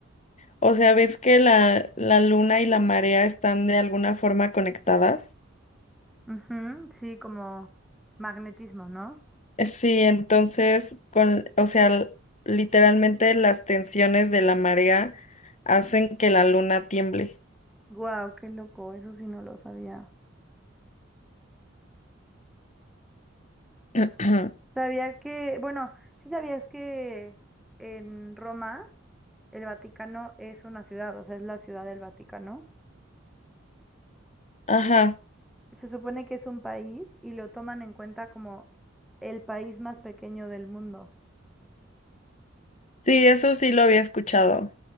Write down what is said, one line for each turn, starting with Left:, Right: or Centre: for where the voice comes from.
Left: O sea, ¿ves que la, la luna y la marea están de alguna forma conectadas?
Centre: Ujú, sí, como magnetismo, ¿no?
Left: Eh, Sí, entonces, con, o sea, l- literalmente las tensiones de la marea hacen que la luna tiemble.
Centre: Guau, qué loco, eso sí no lo sabía.
Left: <clears throat>
Centre: Sabía que, bueno, sí sabías que en Roma el Vaticano es una ciudad, o sea, es la ciudad del Vaticano.
Left: Ajá.
Centre: Se supone que es un país y lo toman en cuenta como el país más pequeño del mundo.
Left: Sí, eso sí lo había escuchado.